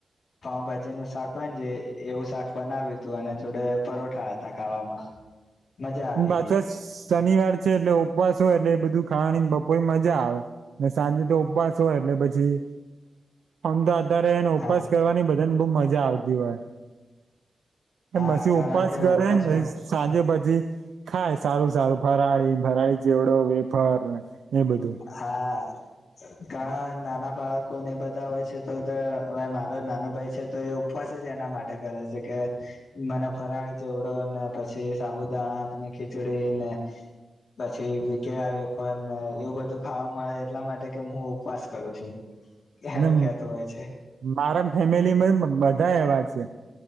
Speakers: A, on the left; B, on the right.
A: પાઉભાજીનું શાક હોય, ને જે એવું શાક બનાવ્યું હતું, અને જોડે પરોઠા હતા ખાવામાં. મજા આવી
B: પાછો
A: ગઈ
B: શનિવાર છે, એટલે ઉપવાસ હો એટલે બધું. ખાવાની બપોર મજા, આવે ને સાંજે તો ઉપવાસ હોય, એટલે પછી આમ, તો અત્યારે એને ઉપસ
A: હા
B: કરવાની, બધાને બહ મજા આવતી, હોય
A: હા
B: પછી
A: કારણ
B: ઉપવાસ
A: કે
B: કરે
A: ઉપવાસમાં
B: પછી સાંજે બધ. ખાય સારું સારું ફરાળી ફરાળી ચેવડો વેફર ને એ બધું
A: હા. ઘણા નાના બાળકો ને બધા હોય છે તો હવે મારો નાનો ભાઈ છે તો એ. ઉપવાસ જ એના માટે કરે છે કે મને ફરાળી ચેવડો ને પછી સાબુદાણા. ખીચડી ને પછી કેળા વેફર ને એવું બધું. ખાવા મળે એટલા માટે કે હું ઉપવાસ કરું છું. એમે
B: એ
A: કેતો હોય છે
B: મારા ફેમિલીમાં બધા એવા છે.